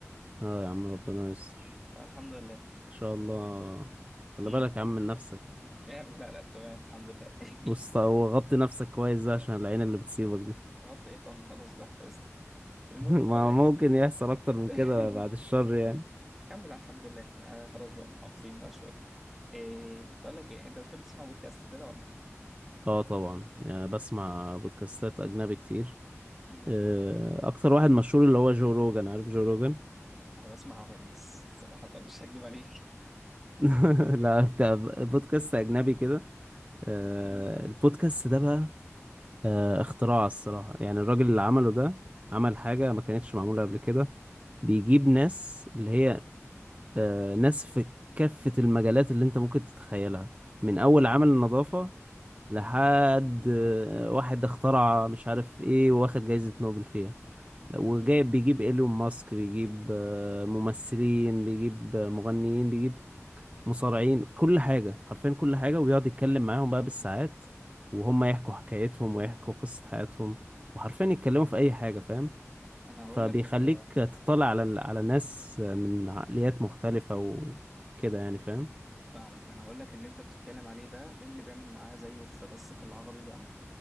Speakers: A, on the right; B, in the centre.
A: اه يا عم ربنا يستر
B: فالحمد لله
A: ان شاء الله
B: آه،
A: خلي
B: أمم.
A: بالك يا عم من نفسك
B: يا عم، لا لا تمام الحمد لله <laughs>
A: وست- وغطي نفسك كويس بقى عشان العين اللي بتصيبك دي
B: خبطت ايه بقى ما خلاص بقى حفظت المهم
A: <laughs> ما
B: بقول لك
A: ممكن يحصل اكتر من
B: <laughs>
A: كده بعد الشر يعني
B: كمل على الحمد لله ما أنا خلاص بقى محافظين بقى شويه ايه تقول لك ايه انت بتحب تسمع بودكاست وكده ولا؟
A: اه طبعا يعني بسمع بودكاستات اجنبي كتير
B: أمم.
A: آه، اكتر واحد مشهور اللي هو جو روجان عارف جو روجان
B: انا بسمع عربي بس صراحة <laughs> مش هكدب عليك
A: <laughs> لا بتاع بودكاست اجنبي كده آه،
B: مم.
A: البودكاست ده بقى آه، اختراع الصراحة يعني الراجل اللي عمله ده عمل حاجة ما كانتش معمولة قبل كده بيجيب ناس اللي هي آه، ناس في كافة المجالات اللي انت ممكن تتخيلها من أول عمل النظافة لحد آه، واحد اخترع مش عارف ايه واخد جايزة نوبل فيها وجايب
B: مم.
A: بيجيب ايلون ماسك بيجيب آه، ممثلين بيجيب آه، مغنيين بيجيب مصارعين كل حاجة حرفيا كل حاجة ويقعد يتكلم معاهم بقى بالساعات وهم يحكوا حكايتهم ويحكوا قصة حياتهم وحرفيا يتكلموا في أي حاجة فاهم
B: انا هقول
A: فبيخليك
B: لك انت
A: تطلع على على ناس من عقليات مختلفة وكده يعني فاهم
B: فاهمك انا هقول لك اللي انت بتتكلم عليه ده مين اللي بيعمل معاه زيه فبس في العربي بقى